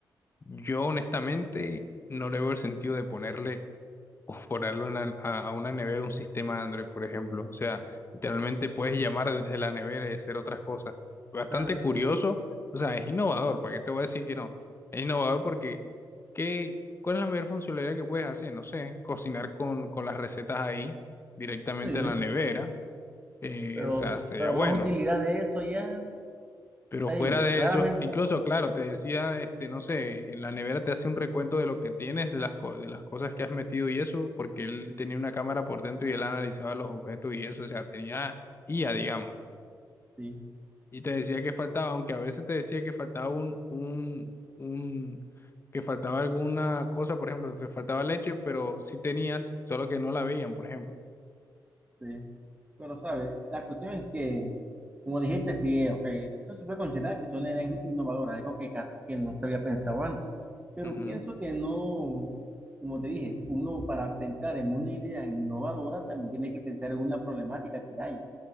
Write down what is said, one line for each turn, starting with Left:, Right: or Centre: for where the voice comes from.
Left: Yo honestamente no le veo el sentido de ponerle <laughs> o ponerlo en la- a, a una nevera un sistema Android, por ejemplo. O sea, literalmente puedes llamar desde la nevera y hacer otras cosas. Bastante
Right: sea, la-
Left: curioso,
Right: sí,
Left: o sea, es innovador, ¿para qué te voy a decir que no? Es innovador porque ¿qué, cuál es la mayor funcionalidad que puedes hacer? No sé, cocinar con, con las recetas ahí directamente
Right: sí,
Left: en la nevera. Eh,
Right: pero,
Left: o sea, sería
Right: pero
Left: bueno.
Right: más utilidad de eso ya,
Left: Pero
Right: te
Left: fuera
Right: digo,
Left: de
Right: claramente.
Left: eso, incluso, claro, te decía, este, no sé, en la nevera te hace un recuento de lo que tienes, de las, co- de las cosas que has metido y eso, porque él tenía una cámara por dentro y él analizaba los objetos y eso, o sea, tenía IA, digamos.
Right: Sí,
Left: Y te decía que faltaba, aunque a veces te decía que faltaba un, un, un, que faltaba alguna cosa, por ejemplo, que faltaba leche, pero sí tenías, solo que no la veían, por ejemplo.
Right: sí. Pero, ¿sabes? La cuestión es que, como dijiste, sí, eh, ok, eso se puede considerar que son ideas innovadoras, algo que casi que no se había pensado antes. Pero
Left: Ujú.
Right: pienso que no, como te dije, uno para pensar en una idea innovadora también tiene que pensar en una problemática que hay,